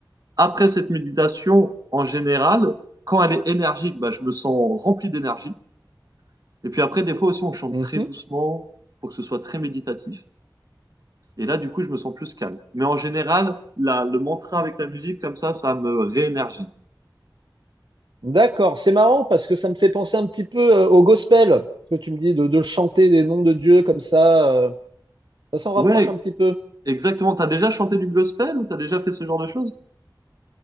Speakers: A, on the right (about 50°); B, on the right (about 70°).
A: Après cette méditation, en général, quand elle est énergique, bah, je me sens rempli d'énergie. Et puis après, des fois aussi, on chante
B: Mhm.
A: très doucement pour que ce soit très méditatif. Et là, du coup, je me sens plus calme. Mais en général, la, le mantra avec la musique, comme ça, ça me réénergise.
B: D'accord. C'est marrant parce que ça me fait penser un petit peu euh, au gospel. Ce que tu me dis de, de chanter des noms de Dieu comme ça, euh, ça s'en rapproche
A: Ouais,
B: un petit peu.
A: exactement. T'as déjà chanté du gospel ou t'as déjà fait ce genre de choses?